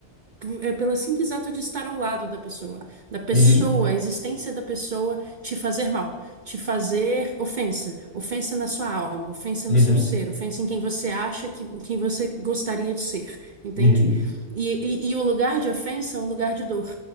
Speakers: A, on the right (about 55°); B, on the left (about 80°).
A: é pelo simples ato de estar ao lado da pessoa, da pessoa,
B: Uhum.
A: a existência da pessoa te fazer mal, te fazer ofensa, ofensa na sua alma, ofensa
B: Uhum.
A: no seu ser, ofensa em quem você acha que quem você gostaria de ser, entende?
B: Uhum.
A: E, e, e o lugar de ofensa é um lugar de dor,